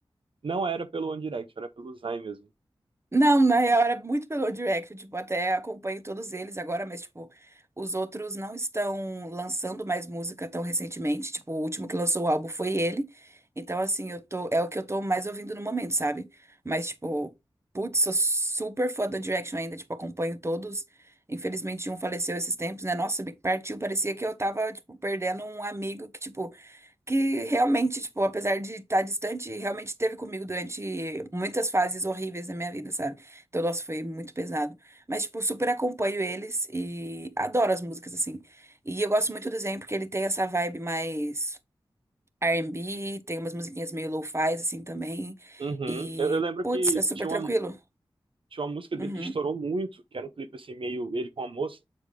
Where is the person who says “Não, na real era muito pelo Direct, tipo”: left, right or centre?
Right